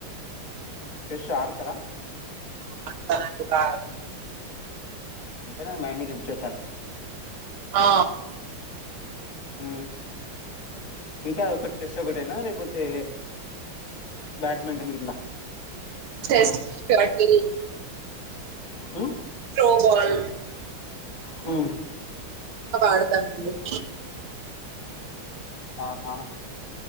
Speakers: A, on the left; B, on the right.
A: చెష్ ఆడ్తారా
B: తనకి కాద్
A: ఇంతేనా మైండ్ కి ఎంసే స్టార్టు.
B: ఆ
A: హు మిగతాది ఒకటి చెస్ ఒకటేనా లేకపోతే బ్యాట్మెంటన్ గిట్లా
B: చేస్ట్ స్టాట్ బేరి
A: హు
B: త్రో బోల్
A: హు
B: ఆడతారు మీరు
A: ఆహా